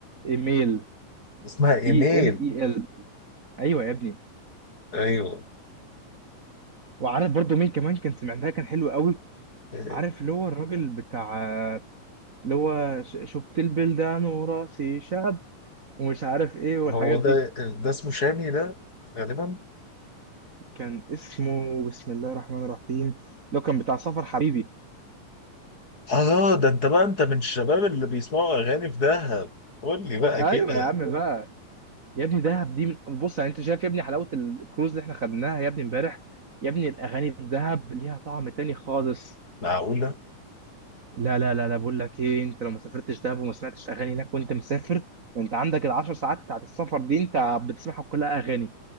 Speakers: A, on the right; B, on the left.
A: ايميل
B: اسمها ايميل
A: اي ام اي ال ايوه يا ابني
B: ايوه
A: وعارف برضو مين كمان كان سمعناها كان حلو قوي
B: إيه،
A: عارف اللي هو الراجل بتاع اللي هو ش- شفت البلدان وراسي شعب ومش عارف ايه والحاجات
B: هو ده
A: دي
B: ده اسمه شامي ده غالبا
A: كان اسمه بسم الله الرحمن الرحيم لو كان بتاع سفر حبيبي
B: اه ده انت بقى انت من الشباب اللي بيسمعوا اغاني في دهب قول لي بقى
A: ايوه
B: كده
A: يا عم بقى يا ابني دهب دي من... بص يعني انت شايف يا ابني حلاوه الكروز اللي احنا خدناها يا ابني امبارح يا ابني الاغاني في دهب ليها طعم تاني خالص
B: معقولة؟
A: لا لا لا لا بقول لك ايه انت لو ما سافرتش دهب وما سمعتش اغاني هناك وانت مسافر ده انت عندك العشر ساعات بتاعت السفر دي انت بتسمعها كلها اغاني